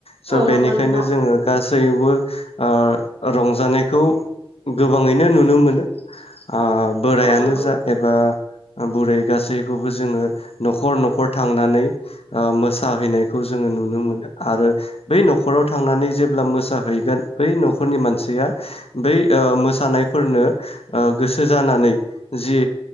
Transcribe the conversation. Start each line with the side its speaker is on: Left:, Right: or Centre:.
Left: स'
Right: औ
Left: बेनिखायनो
Right: नंगौ नोंथां
Left: जोङो गासै गासैयावबो ओ रंजानायखौ गोबाङैनो नुनो मोनो आ बोरायानो
Right: औ नंगौ
Left: जा एबा बुरै गासैखौबो जोङो न'खर न'खर थांनानै ओ मोस मोसाहैनायखौ जोङो नुनो मोनो आरो बै न'खराव थांनानै जेब्ला मोसाहैगोन बै न'खरनि मानसिया बै ओ मोसानायफोरनो ओ गोसो जानानै जि